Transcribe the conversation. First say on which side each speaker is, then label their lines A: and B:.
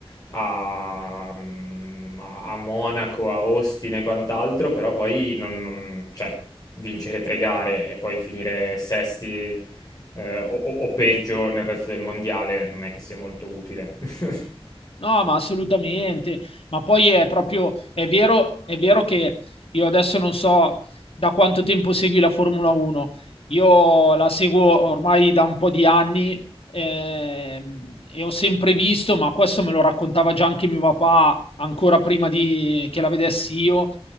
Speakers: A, on the left; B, on the left.
A: a, mm, a Monaco, a Austin e quant'altro, però poi non, non- cioè, vincere tre gare e poi finire sesti, eh, o, o- o peggio nel resto del mondiale non è che sia molto utile. <laughs>
B: No, ma assolutamente. Ma poi è proprio, è vero, è vero che io adesso non so da quanto tempo segui la Formula 1. Io la seguo ormai da un po' di anni ehm, e ho sempre visto, ma questo me lo raccontava già anche mio papà, ancora prima di, che la vedessi io,